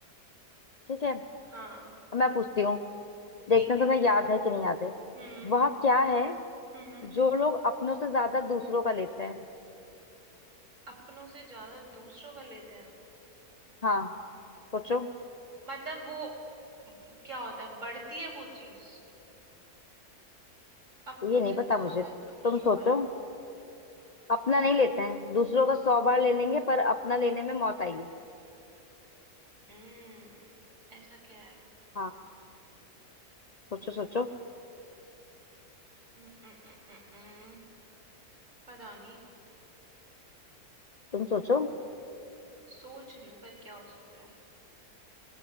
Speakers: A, on the left (about 80°); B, on the right (about 50°).
A: ठीक है
B: हाँ
A: अब मैं पूछती हूँ
B: ठीक
A: देखते हैं
B: है
A: तुम्हें याद है कि नहीं याद है
B: हम्म
A: वह क्या है
B: हम्म
A: जो लोग अपनों से ज्यादा दूसरों का लेते हैं
B: अपनों से ज्यादा दूसरों का लेते हैं
A: हाँ सोचो
B: मतलब वो म, क्या होता है बढ़ती है वो चीज अपनों
A: वो ये नहीं
B: से
A: पता
B: ज्यादा
A: मुझे
B: दूसरों
A: तुम सोचो
B: का लेते हैं
A: अपना नहीं लेते हैं दूसरों का सौ बार ले लेंगे पर अपना लेने में मौत आएगी
B: हम्म ऐसा क्या है
A: हाँ सोचो सोचो
B: हम्म, हम्म, हम्म, हम्म, हम्म, पता नहीं
A: तुम सोचो
B: सोच रही हूँ पर क्या हो सकता है